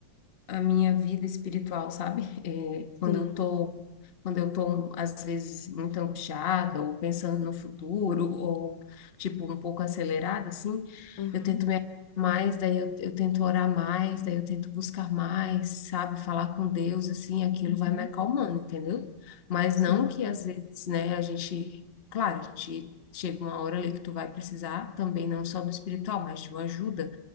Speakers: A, on the left (about 35°); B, on the left (about 70°).
A: a minha vida espiritual, sabe? É, quando
B: Sim.
A: eu tô quando eu estou, às vezes, muito angustiada, ou pensando no futuro, ou, tipo, um pouco acelerada, assim,
B: Aham.
A: eu tento me acalmar mais, daí eu, eu tento orar mais, daí eu tento buscar mais, sabe? Falar com Deus, assim, aquilo
B: Uhum.
A: vai me acalmando, entendeu? Mas
B: Sim.
A: não que, às vezes, né, a gente, claro, a gente chega uma hora ali que tu vai precisar, também não só do espiritual, mas de uma ajuda,